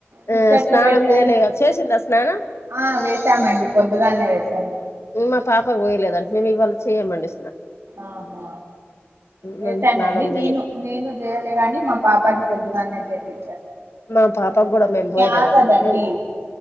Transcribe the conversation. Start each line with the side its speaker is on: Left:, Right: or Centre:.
Right: ముచ్చట్లు
Left: ఆ స్నానం
Right: పెడతాంది
Left: చేయలే చేసిందా స్నానం
Right: ఆ వేసామండి పొద్ పొద్దుగాల్నే వేసాను
Left: మేం మా పాపకు పోయలేదండి మేము ఇవాళ చేయ్యమండి
Right: ఆహా వేసానండి
Left: మేము స్నానం
Right: నేను
Left: చెయ్యం
Right: నేను జేయలే గాని మా పాపకి పొద్ధుగాల్నే జేపి
Left: మా పాపగుడా మేము పోయలేదండి
Right: ఆగదండి
Left: మేం